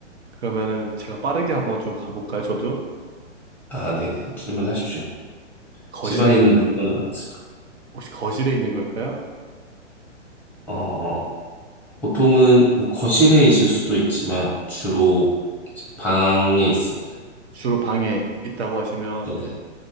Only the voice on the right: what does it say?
그러면은 제가 빠르게 한번 좀 가볼까요? 저도?
거실에,
있-
혹시 거실에 있는 걸까요?
주로 방에 있다고 하시면,